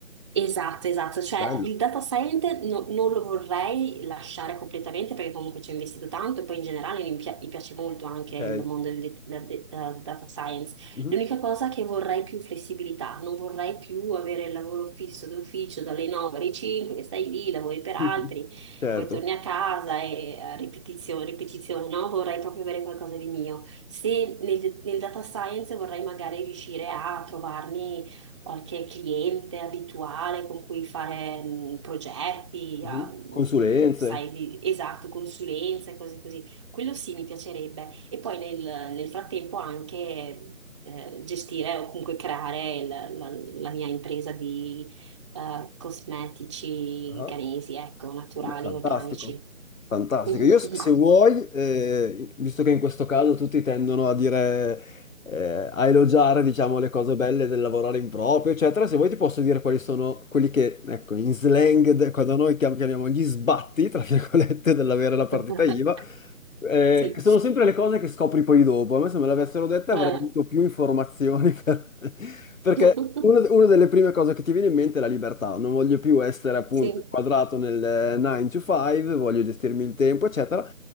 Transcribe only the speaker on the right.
Esatto, esatto, cioè
il data scientist no- non lo vorrei lasciare completamente perché comunque ci ho investito tanto e poi in generale mi, pia- mi piace molto anche
il mondo del, del- del data science.
L'unica cosa è che vorrei più flessibilità, non vorrei più avere il lavoro fisso d'ufficio dalle 9 alle 5, che stai lì, lavori per
altri,
poi torni a casa e eh, ripetizione, ripetizione, no? Vorrei proprio avere qualcosa di mio. Se nel, nel data science vorrei magari riuscire a trovarmi qualche cliente abituale con cui fare mh, progetti,
a- di-
sai, di- esatto, consulenze, cose così. Quello sì, mi piacerebbe. E poi nel, nel frattempo anche eh, gestire o comunque creare il- la, la mia impresa di eh, cosmetici
ghanesi, ecco, naturali,
organici.
Mhm,
mhm.
<laughs>
Sì.
Eh.
<laughs>
Sì.